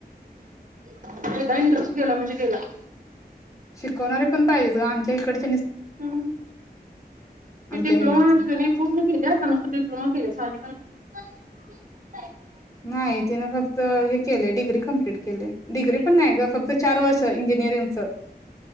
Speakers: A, on the right; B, on the left.
A: एकदा इंटरेस्ट गेला म्हणजे गेला.
B: शिकवणारे पण पाहिजेच ग आमच्या हिकडं
A: अ
B: आमच्या
A: ते डिप्लोमा
B: हेनीच
A: आणि सगळ पूर्ण केल्यास आणि काय नुसता डिप्लोमा केल्यास आणि ह <unintelligible>
B: नाही तिन फक्त हे केलय डिग्री कमप्लीट केल्या डिग्री पण नाही ग फक्त चार वर्ष इंजिनिअरिंगच